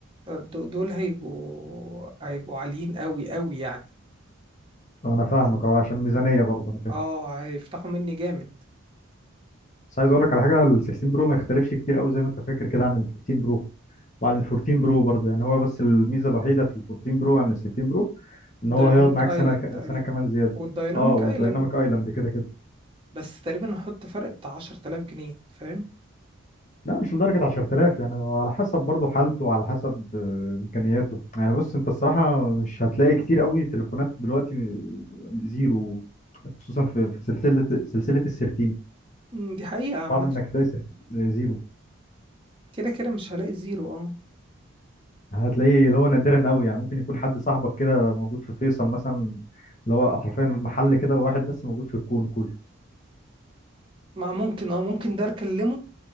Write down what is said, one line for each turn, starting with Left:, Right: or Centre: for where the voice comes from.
Right: دول دول هيبقوا هيبقوا عاليين قوي قوي يعني
Left: انا فاهمك اه عشان ميزانية برضه انا فاهم
Right: اه هيفتحوا مني جامد
Left: بس عايز اقول لك على حاجة ال 13 برو ما يختلفش كتير قوي زي ما انت فاكر كده عن ال 15 برو وعلى ال 14 برو برضه يعني هو بس الميزه الوحيده في ال 14 برو عن ال 16 برو ان
Right: الدايناميك
Left: هو هيقعد معاك
Right: ايلاند
Left: سنه ك-
Right: تقريبا
Left: سنه كمان زياده
Right: والدايناميك
Left: اه والدايناميك
Right: ايلاند
Left: ايلاند كده كده
Right: بس تقريبا هحط فرق بتاع 10000 جنيه فاهم
Left: لا مش لدرجه 10000 يعني هو على حسب برضه حالته وعلى حسب آه، امكانياته يعني بص انت الصراحه مش هتلاقي كتير قوي تليفونات دلوقتي آه، زيرو خصوصا في في سلسله سلسله ال 13
Right: مم، دي حقيقه عامه
Left: صعب انك تلاقي سر- زيرو
Right: كده كده مش هلاقي زيرو اه
Left: هتلاقيه اللي هو نادرا قوي يعني ممكن يكون حد صاحبك كده موجود في فيصل مثلا اللي هو حرفيا محل كده واحد بس موجود في الكون كله
Right: ما ممكن اه ممكن ده اكلمه